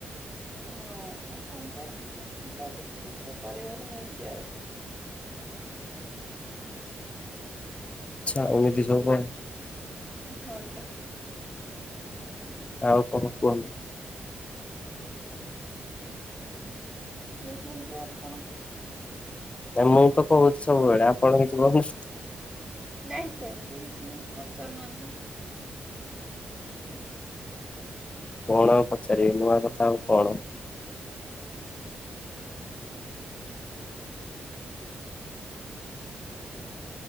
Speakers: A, on the right; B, on the left.
A: ହଁ ଆଉ ପାମ୍ପଡ଼ା କଣ ହବ ଦେଖିକି ପରିବାକୁ ନେଇକି ଆଉ।
B: ଆଚ୍ଛା ଏମିତି ସବୁ ଆଉ।
A: ହଁ ପରା।
B: ଆଉ କଣ କୁହନ୍ତୁ?
A: କୁହନ୍ତୁ ଆପଣ।
B: ଏ ମୁଁ ତ କହୁଛି ସବୁବେଳେ ଆ <unintelligible>
A: ନାଇଁ ସେମିତି କିଛି ନାହିଁ ପଚାରୁନାହାନ୍ତି।
B: କଣ ଆଉ ପଚାରିବି ନୂଆ କଥା ଆଉ କଣ।